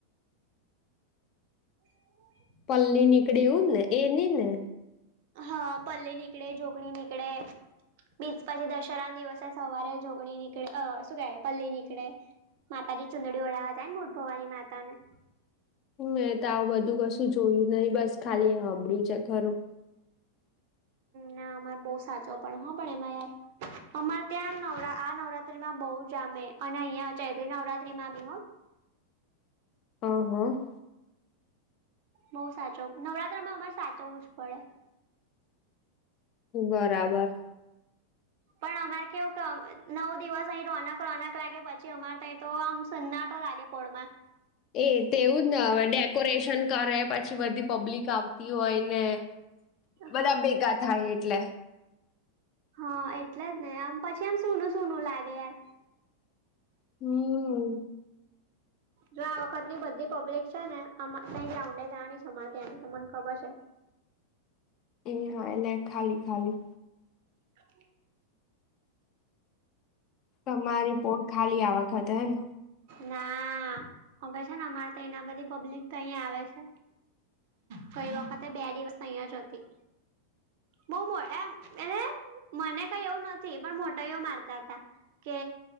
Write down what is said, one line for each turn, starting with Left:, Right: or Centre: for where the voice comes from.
Right: <inaudible>
Left: પલ્લીની નીકડે એવુંજ એની ને
Right: હા, પલ્લી નીકળે, ઝોકણી નીકળે. બીજ પછી દશેરાને દિવસે સવારે જોગણી નીકળે અ શું કે પલ્લી નીકડે. માતાજી ચુંદડી ઓઢવા જાયને, બુટ ભવાની માતાને.
Left: મેં તો આવું બધું કશું જોયું નહી, બસ ખાલી હાભળ્યું છે ખરું!
Right: ના અમારે બહુ સાચવું પડે હ, પણ એમાં યાર અમારે ત્યાં નવરા આ નવરાત્રીમાં બહુ જામે અને અહિયાં ચૈત્રી નવરાત્રીમાં બી હ
Left: હ હ
Right: બઉ સાચવ નવરાત્રમાં અમારે સાચવવું જ પડે.
Left: બરાબર.
Right: પણ અમારે કેવું ક નવ દિવસ અહી રોનક રોનક લાગે, પછી અમારે તો આમ સન્નાટો લાગે પોડમાં.
Left: <inaudible> એ તે એવું જ ને હવે, ડેકોરેશન કરે પછી બધી પબ્લિક આવતી હોયને. બધા
Right: હા
Left: ભેગા થાય એટલે
Right: હા, એટલે જ ને, આમ પછી આમ સૂનું સૂનું લાગે યાર.
Left: હમ.
Right: જો આ વખતની બધી પબ્લિક છે ને અમારે ત્યાં ગ્રાઉન્ડે જવાની છે. અમારે ત્યાંની ત મને ખબર છે.
Left: એ હા લે ખાલી ખાલી.
Right: <inaudible>
Left: તમારી પોળ ખાલી આ વખતે હમ.
Right: ના. હવે, છે ને અમારે તો એના બધી પબ્લિક તો અહીં આવે છે. કઈ વખતે બે દિવસ તો અહીંય જ હતી. બહુ મો એમ. એને મને કઈ એવું નથી પણ મોટાઈઓ મારતા હતા. કે